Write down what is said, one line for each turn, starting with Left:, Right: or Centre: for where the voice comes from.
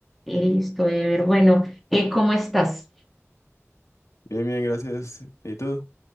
Centre: Listo, Ever. Bueno, eh, ¿cómo estás?
Left: Bien, bien, gracias. ¿Y tú?